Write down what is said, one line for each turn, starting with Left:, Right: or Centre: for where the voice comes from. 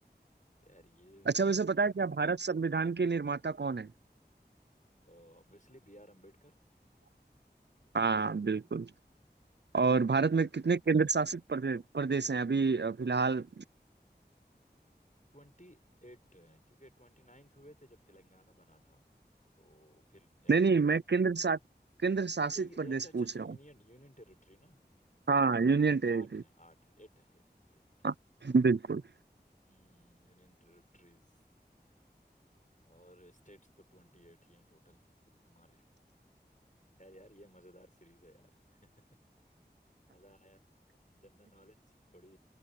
Left: यार ये
Right: अच्छा
Left: general
Right: वैसे पता है क्या भारत संविधान के निर्माता कौन है
Left: Obviously B R Ambedkar
Right: हाँ बिल्कुल
Left: Bhim
Right: और भारत
Left: Ambedkar
Right: में कितने केंद्र शासित प्रदेश प्रदेश हैं अभी अ, फिलहाल
Left: Twenty eight है क्योंकि ट्वेंटी नाइन्थ हुए थे जब तेलंगाना बना था तो फिर अ,
Right: नहीं नहीं मैं केंद्र शासित केंद्र शासित
Left: अच्छा ये
Right: प्रदेश
Left: अच्छा अच्छा
Right: पूछ
Left: अच्छा
Right: रहा
Left: यूनियन
Right: हूँ
Left: यूनियन टेरिटरी ना
Right: हाँ
Left: हाँ,
Right: यूनियन टेरिटरी
Left: आठ है आठ है एट है एट एट
Right: हाँ बिल्कुल
Left: हम्म, यूनियन टेरिटरीज और स्टेट्स तो ट्वेंटी एट ही हैं टोटल हमारे खैर यार ये मज़ेदार सीरीज है यार <laughs> मज़ा आया जनरल नॉलेज थोड़ी